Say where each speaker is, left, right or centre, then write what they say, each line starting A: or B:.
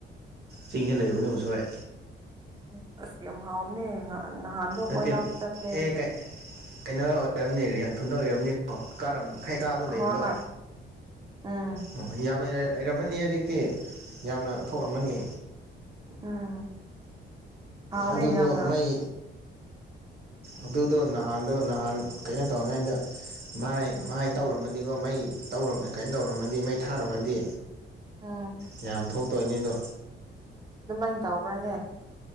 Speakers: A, on the right; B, on the right.
A: ꯆꯤꯡꯗ ꯂꯩꯕꯅꯤ ꯎꯁꯣꯏ
B: ꯎ ꯑꯁ ꯌꯥꯝ ꯍꯥꯎꯕꯅꯦ ꯅꯍꯥꯟꯗꯣ
A: ꯅꯠꯇꯦ
B: ꯀꯣꯏ ꯂꯥꯎꯕ ꯆꯠꯂꯦ꯫
A: ꯑꯦ ꯀꯩꯅꯣ ꯑꯣꯏꯔꯝꯅꯤ ꯔꯤꯌꯥꯡꯊꯨꯗ ꯑꯣꯏꯔꯕꯝꯅꯤꯀꯣ ꯀꯥꯔꯝ ꯍꯩ ꯀꯥꯕꯅ ꯂꯩꯕꯗꯣ
B: ꯍꯣꯏ ꯎꯝ
A: ꯑꯣ ꯌꯥꯝ ꯂꯩꯔꯦ꯫ ꯂꯩꯔꯝꯃꯅꯤ ꯍꯧꯖꯤꯛꯇꯤ ꯌꯥꯝꯅ ꯊꯣꯛꯔꯝꯃꯅꯤ꯫
B: ꯎꯝ꯫ ꯍꯥꯎꯋꯦ
A: ꯑꯗꯨꯗꫭ
B: ꯌꯥꯝꯅ
A: ꯃꯩ ꯑꯗꯨꯗꯣ ꯅꯍꯥꯟꯗꯣ ꯅꯍꯥꯟ ꯀꯩꯅꯣ ꯇꯧꯔꯤꯉꯩꯗ ꯃꯥꯏ ꯃꯥꯏ ꯇꯧꯔꯝꯃꯗꯤꯀꯣ ꯃꯩ ꯇꯧꯔꯝ ꯀꯥꯏ ꯇꯧꯔꯝꯃꯗꯤ ꯃꯩ ꯊꯥꯔꯝꯃꯗꯤ
B: ꯑꯥ꯫
A: ꯌꯥꯝ ꯊꯣꯛꯇꯣꯏꯅꯤꯗꯣ꯫
B: ꯑꯗꯨꯃꯥꯏꯅ ꯇꯥꯎꯕ꯭ꯔꯥꯅꯦ꯫